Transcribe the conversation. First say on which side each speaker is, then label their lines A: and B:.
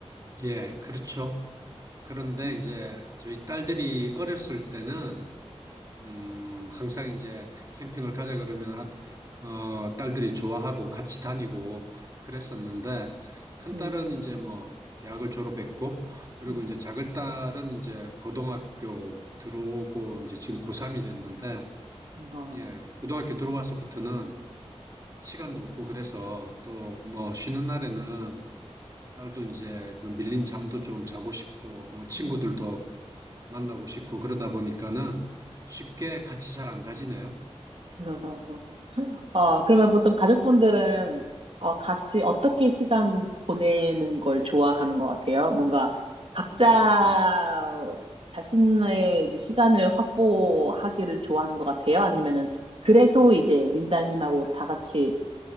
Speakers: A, on the right (about 30°); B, on the right (about 60°).
A: 예, 그렇죠. 그런데
B: 음,
A: 이제 저희 딸들이 어렸을 때는 음, 항상 이제 캠핑을 가자 그러면 아들, 어, 딸들이 좋아하고 같이 다니고 그랬었는데 큰
B: 음,
A: 딸은 이제 뭐 대학을 졸업했고 그리고
B: 음,
A: 이제 작은 딸은 이제 고등학교 들어오고 이제 지금 고3이 됐는데
B: 어,
A: 예, 고등학교 들어와서부터는 시간도 없고 그래서 또 뭐 쉬는 날에는 딸도 이제 그 밀린 잠도 좀 자고 싶고 뭐 친구들도
B: 음.
A: 만나고 싶고 그러다 보니까는 쉽게 같이 잘 안 가지네요.
B: <laughs> 어, 그러면 보통 가족분들은 어, 같이 어떻게 시간 보내는 걸 좋아하는 것 같아요? 뭔가 각자
A: 음,
B: 자신의 이제 시간을 확보하기를 좋아하는 것 같아요? 아니면은 그래도 이제 린달님하고 다 같이